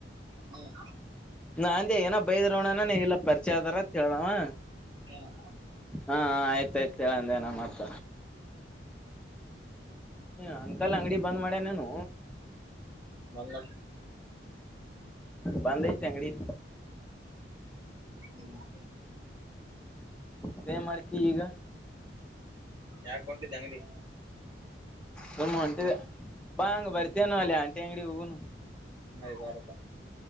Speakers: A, on the right (about 25°); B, in the centre.
A: ಹ್ಮ್
B: ನಾ ಅಂದೆ ಏನೋ ಬೈದ್ರೋಣನ ಇಲ್ಲ ಪರಿಚಯ ಆದಾರ ಅತ್ ಹೇಳ್ದ ಅಂವಾ.
A: ಹ್ಮ್
B: ಹಾ ಆಯ್ತಾಯ್ತ ಹೇಳಂದೇ ನ ಮತ್ತ. ಹ ಅಂಕಲ್ ಅಂಗಡಿ ಬಂದ್ ಮಾಡ್ಯನೇನು.
A: ಬಂದ.
B: ಬಂದ ಐತಿ ಅಂಗಡಿ.
A: ಹ್ಮ.
B: ತೇ ಏನ್ ಮಾಡ್ತಿ ಇಗ.
A: ಯಾಕ ಹೊಂಟಿದಿ ಅಂಗಡಿಗಿ.
B: ಸುಮ್ಮ ಹೊಂಟಿದೆ ಬಾ ಹಂಗ ಬರ್ತೇನ ಅಲ್ಲಿ ಆಂಟಿ ಅಂಗಡಿ ಹೋಗುನು.
A: ಏ ಬ್ಯಾಡಪಾ.